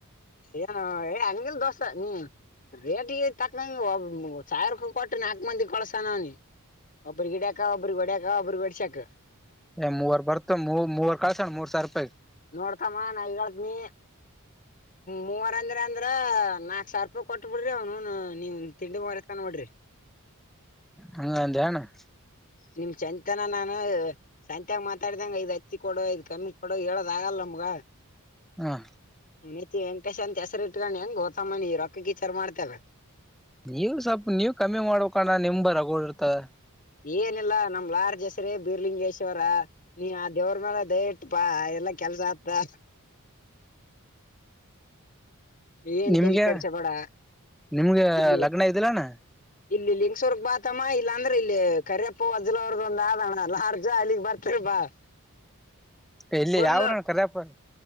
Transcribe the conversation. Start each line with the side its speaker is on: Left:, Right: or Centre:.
Left: ಏನು ಏ ಅಂಗಿಲ್ ದೋಸ್ತ ನೀ ರೇಟಿಗೆ ತಕ್ಕಂಗ ಒಬ್ ಸಾವಿರ ರೂಪಾಯಿ ಕೊಟ್ಟ ನಾಲ್ಕು ಮಂದಿ ಕಳಸನವ ನೀ ಒಬ್ಬರಿ ಗಿಡ್ಯಾಕ, ಒಬ್ರಿಗೆ ಹೊಡ್ಯಾಕ, ಒಬ್ಬ್ರಿಗೆ ಬಡಶ್ಯಾಕ.
Centre: ಏ ಮೂವರ್ ಬರ್ತ ಮೂವ ಕಳ್ಸಣ ಮೂರ್ ಸಾವಿರ ರೂಪಾಯಿ
Left: ನೋಡ್ತಮ್ಮ ನಾ ಹೇಳ್ದನಿ ಮೂವರ ಅಂದ್ರೆ ಅಂದ್ರ ನಾಕ್ ಸಾವಿರ ರೂಪಾಯಿ ಕೊಟ್ಬ ಬಿಡ್ರಿ ಅವ್ನೌನ ನೀವ ತಿಂಡಿ ಮುರಿ ತನ ವಡ್ರಿ.
Centre: ಹಂಗಂತಣ <unintelligible>
Left: ನಿಮಗ ಚಂತನ ನಾನು ಸಂತ್ಯಾಗ ಮಾತಾಡಿದಂಗ ಇ <unintelligible> ಹಚ್ಚಿ ಕೊಡ ಇದ್ ಕಮ್ಮಿ ಕೊಡ ಹೇಳೋದ ಆಗಲ್ಲ ನಮ್ಗ.
Centre: ಹಾ <inaudible>
Left: ವುನೆತಿ ವೆಂಕಟೇಶ್ ಅಂತ ಹೆಸರಿ ಇಟ್ಕೊಂಡು ಹೆಂಗೊತಮ್ಮ ರೊಕ್ಕಕ ವಿಚಾರ ಮಾಡ್ತೀರಲ್ಲಾ
Centre: ನೀವ್ ಸ್ವಲ್ಪ ನೀವ್ ಕಮ್ಮಿ ಮಾಡಕಣ್ಣ ನಿಮ್ಂದ ರಗೂಡ ಇರ್ತದ.
Left: ಏನಿಲ್ಲಾ ನಮ್ ಲಾಯರ್ ಹೆಸ್ರೇ ಬೀರ್ಲಿಂಗೇಶ್ವರ. ನೀ ಆ ದೇವ್ರ ಮೇಲೆ ದಯ ಇಟ್ಟಬಾ ಎಲ್ಲಾ ಕೆಲ್ಸ ಆತ್ತದ. ನೀ ಎನ್
Centre: ನಿಮ್ಗೆ
Left: ತಲಿ ಕೆಡ್ಸ ಬೇಡ
Centre: ನಿಮ್ಗೆ
Left: ಇಲ್ಲಿ
Centre: ಲಗ್ನ ಇದಿಲ್ಲಣ್ಣ
Left: ಇಲ್ಲಿ ಲಿಂಗಸೂರ್ಗ ಬಾತಮ್ಮ ಇಲ್ಲಾಂದ್ರೆ ಇಲ್ಲಿ ಕರಿಯಪ್ಪ ವಜ್ಜಲಅವ್ರದ ಒಂದ ಆದ ಲಾಡ್ಜ್ ಅಲ್ಲಿ ಗೆ ಬರ್ತಿ ಬ ಬಾ <inaudible>
Centre: ಎಲ್ಲಿ
Left: ಫುಲ್
Centre: ಯಾವರಣ್ಣ ಕರೆಪ್ಪ -